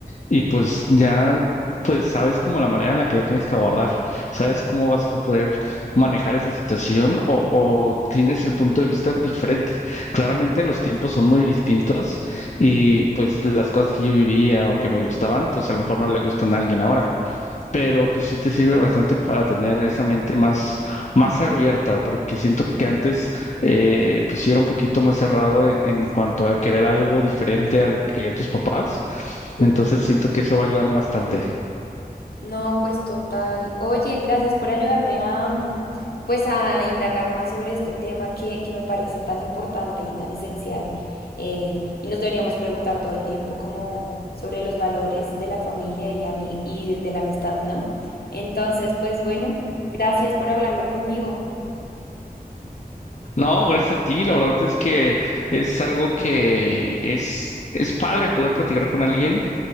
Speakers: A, on the left; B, on the left.
A: y pues ya pues sabes como la manera en la que la tienes que abordar, sabes cómo vas a poder manejar esa situación o, o tienes el punto de vista diferente. Claramente los tiempos son muy distintos y pues las cosas que yo vivía o que me gustaban, pues a lo mejor no le gustan a alguien ahora pero pues sí te sirve bastante para tener esa mente más, más abierta, porque siento que antes eh, pues sí era un poquito más cerrado en, en cuanto a querer algo diferente a lo que querían tus papás,
B: Sí.
A: entonces siento que eso va a ayudar bastante.
B: No, pues total. Oye, gracias por ayudarme a, mm, pues a indagar más sobre este tema que, que me parece tan importante y tan esencial. Eh, y nos deberíamos preguntar todo el tiempo como sobre los valores de la familia y, ami- y de de la amistad, ¿no? Entonces, pues bueno, gracias por hablarlo conmigo.
A: No, gracias a ti, la verdad es que es algo que es... Es padre poder platicar con alguien